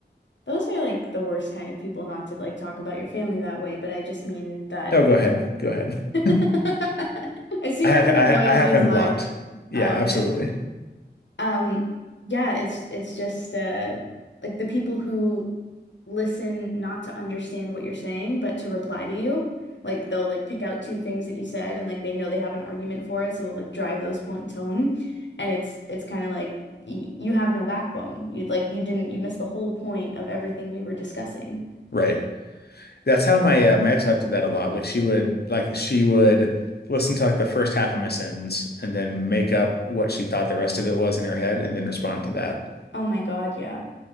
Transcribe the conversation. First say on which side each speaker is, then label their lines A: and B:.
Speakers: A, on the left; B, on the left.
A: Those are like the worst kind of people not to like talk about your family that way, but I just mean that
B: No, go ahead. Go ahead.
A: <laughs>
B: <laughs>
A: I see
B: I
A: where
B: have,
A: your
B: I,
A: loyalties
B: I have him
A: lie.
B: blocked. Yeah,
A: Oh
B: absolutely.
A: man. Um, yeah, it's it's just uh like the people who listen not to understand what you're saying, but to reply to you. Like they'll like pick out two things that you said and like they know they have an argument for it, so they'll like drive those points home. And it's it's kind of like y you have no backbone. You like you didn't you missed the whole point of everything we were discussing.
B: Right. That's how my uh, my ex-wife did that a lot. Like she would like she would listen to like the first half of my sentence and then make up what she thought the rest of it was in her head and then respond to that.
A: Oh my God, yeah.